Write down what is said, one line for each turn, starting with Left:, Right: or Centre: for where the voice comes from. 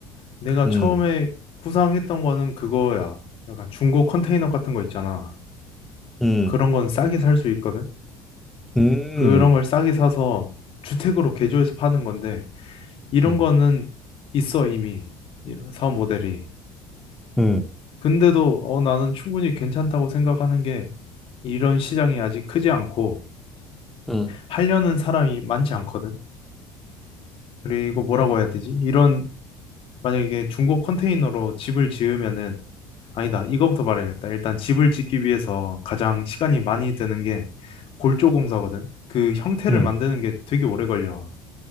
Left: 내가
Centre: 음,
Left: 처음에 구상했던 거는 그거야. 약간 중고 컨테이너 같은 거 있잖아.
Centre: 음,
Left: 그런 건 싸게 살 수 있거든?
Centre: 음,
Left: 그런 걸 싸게 사서 주택으로 개조해서 파는 건데, 이런
Centre: 음,
Left: 거는 있어, 이미. 이런 사업 모델이.
Centre: 음,
Left: 근데도, 어, 나는 충분히 괜찮다고 생각하는 게, 이런 시장이 아직 크지 않고,
Centre: 음,
Left: 하려는 사람이 많지 않거든? 그리고 뭐라고 해야 되지? 이런 만약에 이게 중고 컨테이너로 집을 지으면은 아니다. 이거부터 말해야겠다. 일단 집을 짓기 위해서 가장 시간이 많이 드는 게 골조 공사거든. 그 형태를
Centre: 음,
Left: 만드는 게 되게 오래 걸려.